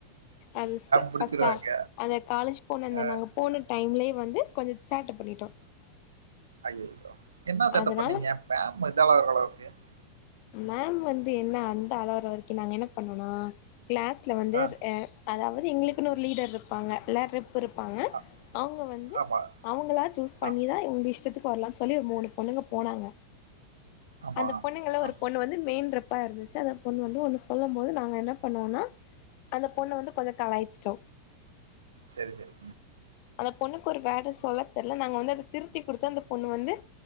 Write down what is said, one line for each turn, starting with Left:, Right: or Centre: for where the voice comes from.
Left: அதுஸா
Right: புடிச்சுருவாங்க.
Left: ஃபர்ஸ்ட் டா அந்த காலேஜ் போன அந்த
Right: ஆ,
Left: நாங்க போன டைம் இல்ல வந்து கொஞ்ச சேட்ட பண்ணட்டோ
Right: ஐயோ என்ன செட்டப்
Left: அதனால
Right: பண்ணீங்க <unintelligible>
Left: மேம் வந்து என்ன அந்த அளவுற வரக்கும் நாங்க என்ன பண்ணனா கிளாஸ்ல வந்து
Right: ஆ,
Left: அதாவது எங்களுக்குன்னு ஒரு லீடர் இருப்பாங்க ரெப் இருப்பாங்க
Right: ஆ.
Left: அவங்க வந்து
Right: ஆமா.
Left: அவங்களா சூஸ் பண்ணிதா
Right: ஆ,
Left: இவங்களுக்கு இஷ்டத்துக்கு வரலாம்னு சொல்லி ஒரு மூணு பொண்ணுங்க போனாங்க
Right: ஆமா.
Left: அந்த பொண்ணுங்கல
Right: ஆ,
Left: ஒரு பொண்ணு வந்து மெயின் ரெப்பா இருந்துச்சு அத பொண்ணு வந்து ஒண்ணு சொல்லும் போது நாங்க என்ன பண்ணுவோம்னா அந்த பொண்ண வந்து கொஞ்ச கலாய்சச்சுட்டோ
Right: செரி செரி
Left: அந்த பொண்ணுக்கு ஒரு வேர்ட் சொல்ல தெரில நாங்க வந்து அத திருத்தி கொடுத்து அந்த பொண்ணு வந்து